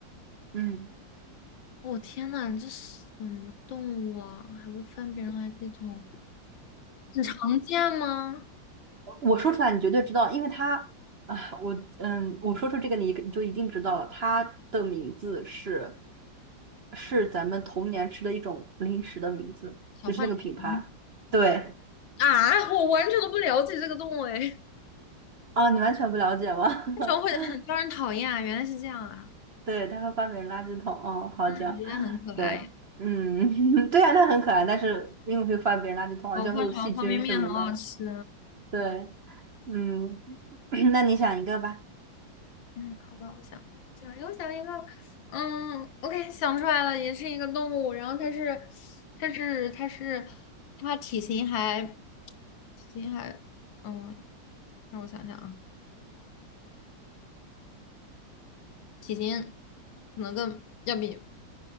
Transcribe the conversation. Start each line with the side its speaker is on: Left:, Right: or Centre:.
Right: 嗯。
Left: 我、天呐，这是什么动物啊？还会翻别人垃圾桶，很常见吗？
Right: 我说出来你绝对知道，因为他啊，我嗯，我说出这个你你就一定知道了，它的名字是是咱们童年吃的一种零食的名字，
Left: 小浣熊
Right: 就是那个品牌。对，
Left: 啊，我完全都不了解这个动物哎，为
Right: 啊，你完全不了解吗？<laughs>
Left: 什么会很招人讨厌啊？原来是这样啊，
Right: 对，他会翻别人垃圾桶。哦，好这样，
Left: 嗯，我觉得很可爱。
Right: 对，嗯，<laughs> 对呀，它很可爱，但是因为会翻别人垃圾桶，
Left: 我换成方便面很好吃。
Right: 而且会有细菌什么的。对，嗯，<clears throat> 那你想一个吧。
Left: 嗯，好吧，我想一个，我想一个，我想一个。嗯，OK，想出来了，也是一个动物，然后它是，它是，它是，它体型还，体型还，嗯，让我想想啊，体型可能更要比